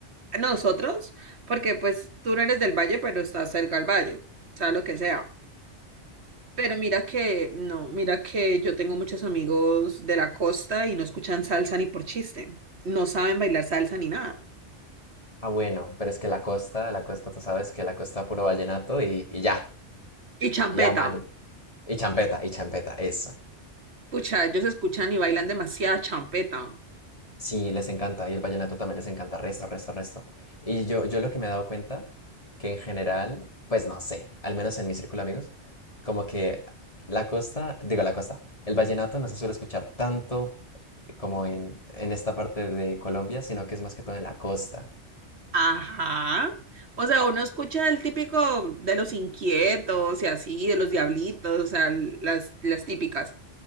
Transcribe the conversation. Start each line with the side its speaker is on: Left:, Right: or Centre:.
Right: nosotros, porque pues tú no eres del valle, pero estás cerca al valle, o sea, lo que sea. Pero mira que, no, mira que yo tengo muchos amigos de la costa y no escuchan salsa ni por chiste, no saben bailar salsa ni nada.
Left: Ah, bueno, pero es que la costa, la costa, tú sabes que la costa puro vallenato y, y ya,
Right: Y champeta,
Left: y ya, mani. Y champeta, y champeta, eso.
Right: pucha, ellos escuchan y bailan demasiada champeta.
Left: Sí, les encanta, y el vallenato también les encanta, resto, resto, resto. Y yo, yo lo que me he dado cuenta, que en general, pues no sé, al menos en mi círculo de amigos, como que la costa, digo la costa, el vallenato no se suele escuchar tanto como en, en esta parte de Colombia, sino que es más que todo en la costa.
Right: Ajá. O sea, uno escucha el típico de los inquietos y así, de los diablitos, o sea, las, las típicas.